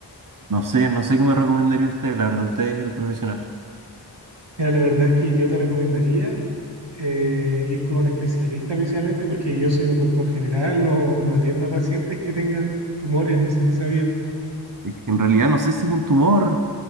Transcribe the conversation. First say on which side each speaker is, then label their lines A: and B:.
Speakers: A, on the right; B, on the right.
A: No sé, no sé qué me recomendaría usted, la verdad, usted es el profesional.
B: Mira, la verdad es que yo te recomendaría eh, ir con un especialista principalmente porque yo soy un doctor general, no, no atiendo a pacientes que tengan tumores, no sé si sabías.
A: Es que en realidad no sé si es un tumor